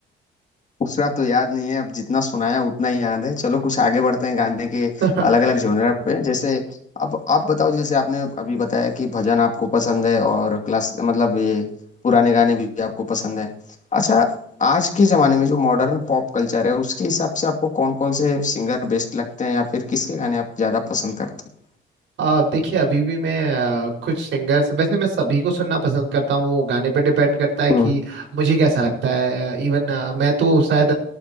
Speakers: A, on the left; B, on the right.
A: उतना तो याद नहीं है अब जितना सुनाया उतना ही याद है चलो कुछ आगे बढ़ते हैं गाने के
B: हैं
A: अलग अलग जोनर पे जैसे अब आप बताओ जैसे आपने अभी बताया कि भजन आपको पसंद है और क्लास मतलब ये पुराने गाने भी आपको पसंद है अच्छा आज के जमाने में जो मॉडर्न पॉप कल्चर है उसके हिसाब से आपको कौन कौन से सिंगर बेस्ट लगते हैं या फिर किसके गाने आप ज्यादा पसंद करते हैं
B: <laughs> आ, देखिए अभी भी मैं आ, कुछ सिंगर्स वैसे मैं सभी को सुनना पसंद करता हूँ वो गाने पे डिपेंड करता है कि
A: हम्म
B: मुझे कैसा लगता है इवन मैं तो शायद